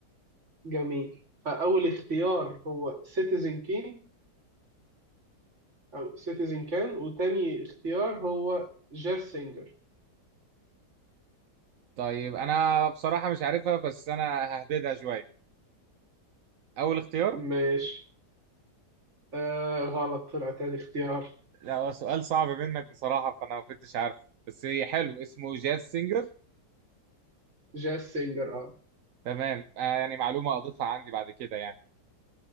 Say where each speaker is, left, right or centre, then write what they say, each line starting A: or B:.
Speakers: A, on the right (about 45°); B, on the right (about 60°).
A: جميل فاول اختيار هو سيتيزن كين او سيتيزن كان وتاني اختيار هو جاز سينجر
B: طيب انا بصراحة مش عارفها بس انا ههبدها شوية اول اختيار
A: ماشي آه غلط طلع تاني اختيار
B: لا هو سؤال صعب منك بصراحة فانا ما كنتش عارفه بس هي حلو اسمه جاز سينجر
A: جاز سينجر اه
B: تمام آه يعني معلومة اضيفها عندي بعد كده يعني